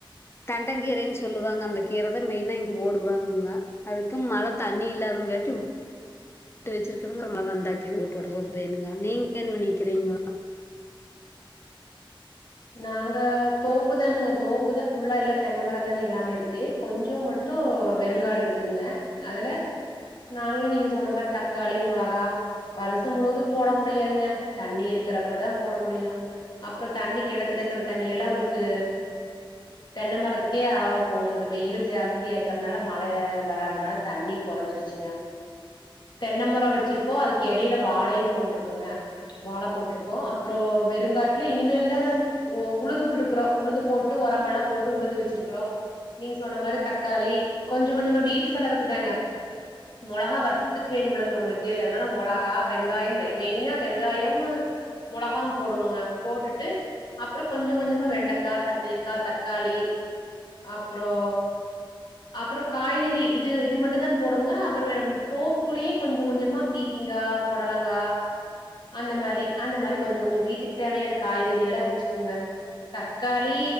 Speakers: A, on the left; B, on the left.
A: தண்டன் கீரைன் சொல்லுவாங்க அந்த கீர தா மெயினா இங்க போடுவாங்கங்க அதுக்கு மழ தண்ணி இல்லாதுன் காட்டி உ ட்டு வெச்சிருக்கறங்க <inaudible> மருமவ வந்தாக்கீது ஓட்டு ஓட்றக் வேணுங்க நீங்க என்ன பண்ணீர்க்கிறீங்கோ
B: நாங்க தோப்புதானுங்க தோப்புதா ஃபுல்லா எல்லா தென்ன மரந்தாங்க எல்லாமே இருக்கு கொஞ்சோ மட்டு வெறுங்காடு இருக்குதுங்க அதுல நாங்களு நீங்க சொன்ன மாரி தக்காளி, மொளகா வருசோ முழுவது போட முடியாதுங்க தண்ணி இருக்கிறப்பதா போட முடியு அப்பறோ தண்ணிக்கு கெணத்தெடுக்கிற தண்ணி எல்லா உங்களுக்கு தென்ன மரத்துக்கே அளவா போகுங்க இப்ப வெயில் ஜாஸ்தியா இருக்கற்னால மழ வராதுனால தண்ணி கொறஞ்சிருச்சுங்க தென்ன மரோ வெச்சிருக்கோ அதுக் எடைல வாழையு போட்ருக்குங்க வாழ போட்ருக்கோ அப்பறோ வெறுங்காட்ல இனிமேலு தாங்க ஒ உழுது உட்ருக்கறோ உழுது போட்டு ஒரமெல்லா போட்டு உழுது வெச்சிருக்கறோ நீங்க சொன்ன மாரி தக்காளி கொஞ்ச கொஞ்சமா வீட்டு செலவுக்குதாங்க மொளகா வருஸ்த்துக் வேணுமில்லங் நம்மளுக்கு அதுனால மொள கா வெங்காயமு மெய்னா வெங்காயமு மொளகாவு போடுவங்க போட்டுட்டு அப்பறோ கொஞ்ச கொஞ்சமா வெண்டக்கா, கத்திரிக்கா, தக்காளி அப்பறோ அப்பறோ காய்கறி இது இது மட்டுந்தா போடுவங்க அப்பறோ தோப்புக்குள்ளியு கொஞ்ச கொஞ்சமா பீக் கிங்கா, பொடலங்கா அந்த மாரி அந்த மாரி கொஞ்ச கொஞ்சோ வீட்டுக் தேவையான காய்கறி எல்லா வெச்சுக்ங்க தக்காளி